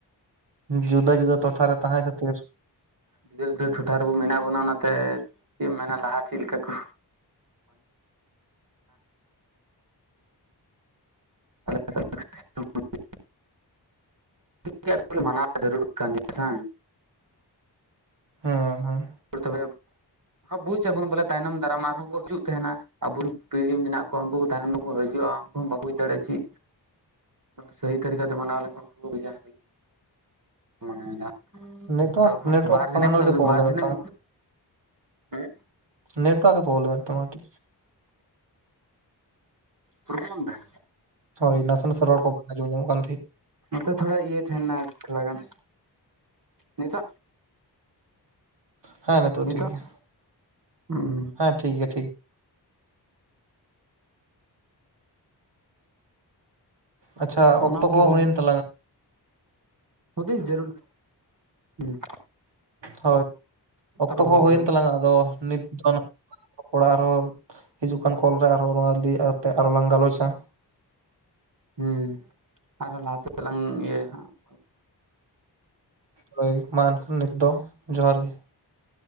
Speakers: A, on the right; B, on the right.
A: ᱡᱩᱫᱟᱹ ᱡᱩᱫᱟᱹ ᱴᱚᱴᱷᱟ ᱨᱮ ᱛᱟᱦᱮᱸ ᱠᱷᱟᱹᱛᱤᱨ,
B: ᱡᱩᱫᱟ. ᱡᱩᱫᱟᱹ ᱴᱚᱴᱷᱟ ᱨᱮᱵᱚ ᱢᱮᱱᱟᱜ ᱵᱚᱱᱟ ᱚᱱᱟᱛᱮ ᱪᱮᱫ ᱮᱢ ᱢᱮᱱᱟ ᱞᱟᱦᱟ ᱪᱮᱫ ᱞᱮᱠᱟ ᱠᱚ <unintelligible> <inaudible> ᱡᱟᱹᱨᱲ ᱠᱟᱱᱜᱮᱭᱟ ᱥᱮ
A: ᱦᱮᱸ ᱦᱮᱸ
B: ᱛᱚᱵᱮ ᱵᱩᱡ ᱟᱵᱚᱱ ᱵᱚᱞᱮ ᱛᱟᱭᱱᱚᱢ ᱫᱟᱨᱟᱢ ᱟᱨᱦᱚᱸ ᱠᱚ ᱦᱤᱡᱩᱜ ᱛᱟᱦᱮᱱᱟ ᱟᱵᱚ ᱨᱮᱱ ᱯᱤᱲᱦᱤ ᱢᱮᱱᱟᱜ ᱠᱚᱣᱟ ᱩᱱᱠᱩ ᱛᱟᱭᱱᱚᱢ ᱛᱮᱠᱚ ᱦᱤᱡᱩᱜᱼᱟ ᱩᱱᱠᱩ ᱦᱚᱸ ᱵᱟᱠᱚ ᱵᱩᱪ ᱫᱟᱲᱮᱭᱟᱜᱼᱟ ᱪᱮᱫ ᱥᱟᱦᱤ ᱛᱟᱹᱨᱤᱠᱟᱛᱮ ᱢᱟᱱᱟᱣ ᱞᱮᱠᱷᱟᱱ ᱩᱱᱠᱩ ᱠᱚ ᱵᱩᱡᱟ, ᱢᱟᱱᱮ ᱡᱟᱦᱟ
A: ᱱᱮᱴᱣᱟᱨᱠ ᱱᱮᱴᱣᱟᱨᱠ
B: ᱵᱟᱨ
A: ᱥᱟᱢᱟᱱᱱᱚ
B: ᱫᱤᱱᱮᱢ
A: ᱠᱟᱹᱴᱤᱡ ᱯᱨᱚᱵᱞᱮᱢᱮᱫ
B: ᱵᱟᱨ ᱫᱤᱱᱮᱢ
A: ᱛᱟᱢᱟ
B: ᱦᱮᱸ
A: ᱱᱮᱴᱣᱟᱨᱠ ᱮ ᱯᱚᱵᱞᱮᱢ ᱮᱫᱛᱟᱢᱟ ᱠᱤ?
B: ᱯᱨᱚᱵᱮᱞᱮᱢ ᱫᱟᱭ?
A: ᱦᱳᱭ ᱱᱟᱥᱮ ᱱᱟᱥᱮ ᱨᱚᱲ ᱠᱚ ᱵᱟᱝ ᱟᱡᱚᱢ ᱧᱟᱢᱚᱜ ᱠᱟᱱ ᱛᱟᱦᱮᱸᱫ᱾
B: ᱱᱚᱛᱮ ᱛᱷᱚᱲᱟ ᱤᱭᱟᱹ ᱛᱟᱸᱦᱮᱱᱟ ᱛᱷᱚᱲᱟ ᱜᱟᱱ, ᱱᱤᱛᱚᱜᱼᱼ
A: ᱦᱮᱸ
B: ᱱᱤᱛᱚᱜ,
A: ᱴᱷᱤᱠ ᱜᱮᱭᱟ
B: ᱦᱩᱸᱼᱼ
A: ᱦᱮᱸ ᱴᱷᱤᱠ ᱜᱮ ᱴᱷᱤᱠ ᱾ ᱟᱪᱪᱷᱟ
B: ᱚᱱᱟᱜᱮ
A: ᱚᱠᱛᱚ ᱠᱚᱦᱚᱸ
B: ᱵᱚᱞᱮ
A: ᱦᱩᱭᱮᱱ ᱛᱟᱞᱟᱝᱟ ᱾
B: ᱦᱩᱫᱤᱥ ᱡᱟᱹᱨᱩᱲ, ᱦᱮᱸᱼᱼ
A: ᱦᱳᱭ, ᱚᱠᱛᱚ
B: ᱦᱩᱭᱩᱜ
A: ᱠᱚ ᱦᱳᱭ
B: ᱠᱟᱱᱟ
A: ᱮᱱ ᱛᱟᱞᱟᱝᱼᱟ, ᱟᱫᱚ ᱱᱤᱛ ᱫᱚᱼᱼ ᱨᱚᱯᱚᱲᱟ ᱟᱨᱦᱚᱸ, ᱦᱤᱡᱩᱜ ᱠᱟᱱ ᱠᱚᱞ ᱨᱮ ᱟᱨᱦᱚᱸ ᱱᱚᱣᱟ ᱤᱫᱤ ᱠᱟᱛᱮ ᱟᱨᱦᱚ ᱞᱟᱝ ᱜᱟᱞᱚᱪᱟ ᱾
B: ᱦᱮᱸ, ᱟᱨᱦᱚᱸ ᱞᱟᱦᱟ ᱥᱮᱫ ᱞᱟᱝ ᱤᱭᱟᱹᱭᱟ ᱦᱟᱸ ᱾
A: ᱦᱳᱭ, ᱢᱟ ᱮᱱᱠᱷᱟᱱ ᱱᱤᱛ ᱫᱚ ᱡᱚᱦᱟᱨ ᱜᱮ ᱾